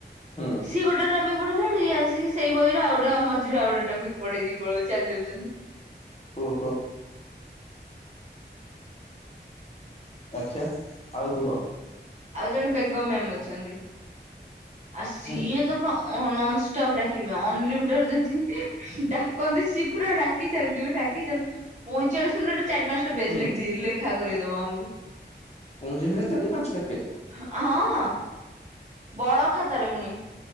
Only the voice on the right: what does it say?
ସିଏ ଗୋଟେଟା ବି ପ ହେଲାଡୁ ଆସିକି ସେଇ ବହିରୁ ଆଉ ଗଟେ ମଝିରେ ଆଉଗୋଟେ ଟୋପିକ ପଡେଇ ଦେଇ ଚାଲି ଯାଉଛନ୍ତି
ଆଉ ଜଣେ ବେଗମ ମ୍ୟାମ ଅଛନ୍ତି ଆଉ ସିଏ
ତ ପୁରା ଅନ ୍ ଡାକିବେ ଅନଲିମିଟେଡ ଯଦି ଡାକନ୍ତି ସେ ପୁରା ଡାକି ଚାଲିଥିବେ ଡାକିଚାଲିଥିବା ପଇଁଚାଳିଶ ମିନିଟ ଚାରି ପାଞ୍ଚଟା ପେଜ
ଲେଖି ଲେଖାରେ ଦବାଙ୍ଗୁ
ହଁ। ଅଁ। ବଡ ଖାତାରେ ପୁଣି,